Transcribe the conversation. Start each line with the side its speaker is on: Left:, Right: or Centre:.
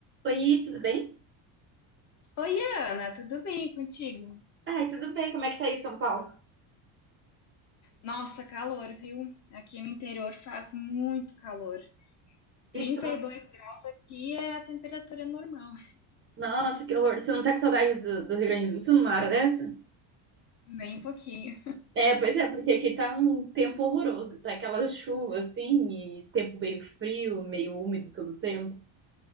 Right: Oi, tudo bem?
Left: Oi, Ana, tudo bem contigo?
Right: Ai, tudo bem, como é que tá aí, São Paulo?
Left: Nossa, calor, viu? Aqui no interior faz muito calor. Trinta
Right: E tu não-
Left: e dois graus aqui é a temperatura normal,
Right: Nossa, que horror. Você não tá com saudade do, do Rio Grande do Sul numa hora dessa?
Left: <laughs> nem um pouquinho.
Right: É, pois é, porque aqui tá um tempo horroroso, tá aquelas chuvas assim, e tempo meio frio, meio úmido todo o tempo.